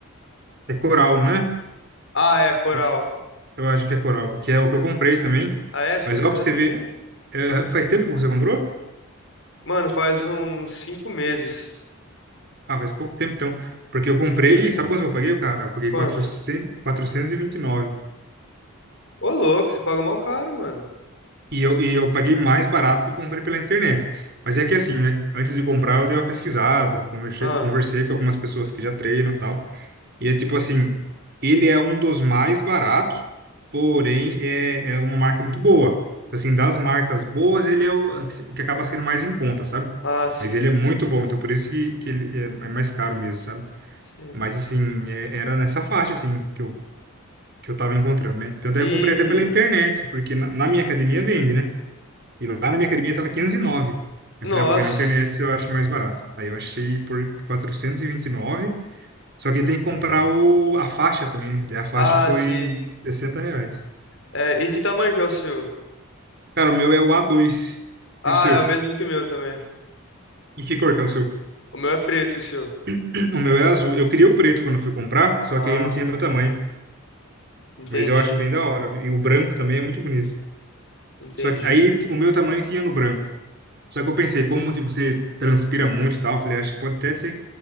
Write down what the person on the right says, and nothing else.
É Coral, não é?
Eu eu acho que é Coral, que é o que eu comprei também.
Mas
ó, pra
você ver,
eh, faz tempo que você comprou?
Ah, faz pouco tempo, então. Porque eu comprei, sabe quanto eu paguei, cara? Eu paguei
400, 429. E vinte e nove.
E eu, e eu paguei mais barato que eu comprei pela internet. Mas é que é assim, né? Antes de comprar, eu dei uma pesquisada, conversei,
conversei com algumas pessoas que já treinam e tal. E é tipo assim, ele é um dos mais baratos, porém é, é uma marca muito boa. Assim, das marcas boas, ele é o que acaba sendo mais em conta, sabe?
Mas ele é muito bom, então por isso que, que ele é é mais caro mesmo, sabe?
Mas assim, é- era nessa faixa, assim, que eu, que eu tava encontrando, né? Tanto
é que eu comprei até pela internet, porque na, na minha academia vende, né? E lá na minha academia tava quinhentos e nove Eu
falei, ah, vou ver na internet se eu acho mais barato. Aí eu achei por R$ 429 só que tem que comprar o, a faixa também, né? Daí A faixa
foi
60 reais.
Cara, o meu é o A2.
E o seu?
E que cor que é o seu?
<clears throat> O meu é azul. Eu queria o preto quando eu fui comprar, só
que aí não tinha meu tamanho.
Mas eu acho bem da hora. E o branco também é muito bonito.
Só que aí t- o meu tamanho tinha no branco. Só que eu pensei, como tipo, você transpira muito e tal, eu falei, acho que pode até ser